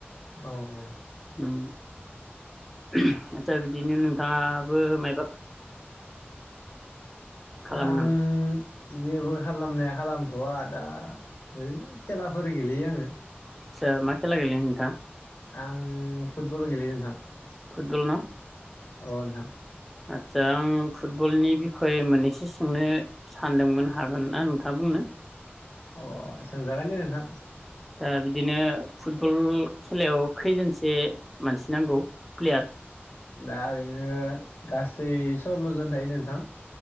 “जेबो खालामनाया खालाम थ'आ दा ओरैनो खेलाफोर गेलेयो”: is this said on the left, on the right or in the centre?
Left